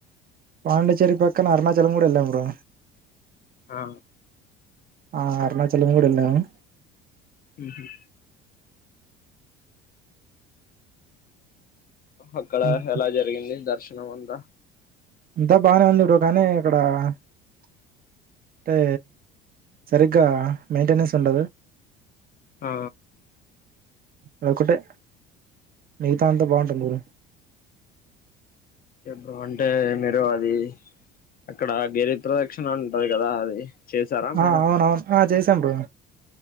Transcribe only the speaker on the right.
పాండిచ్చేరి పక్కన అరుణాచలం కూడా వెళ్ళాం బ్రో
ఆ అరుణాచలం కూడ వెళ్ళాము.
ఉమ్,
ఇంతా బానే ఉంది బ్రో కానీ అక్కడ అంటే సరిగ్గా మెయింటెనెన్స్ ఉండదు.
అదొక్కటే మిగతా అంతా బావుంటుంది ఊరు
ఆ
అవునవును ఆ చేసాం త్తం బ్రో